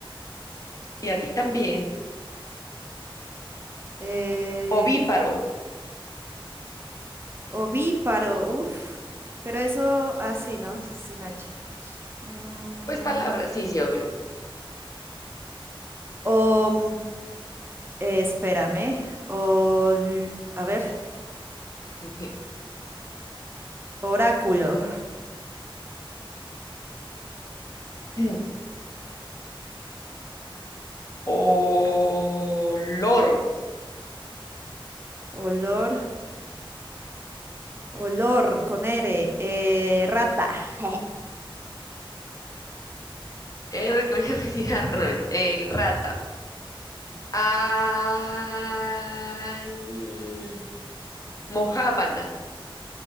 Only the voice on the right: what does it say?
Eh,
ovíparo. Uf. Pero eso así, ¿no? Sí, Sin H. Mm,
om- eh, espérame. Ol- a ver.
Oráculo.
Olor. Olor con R. eh, rata. <laughs>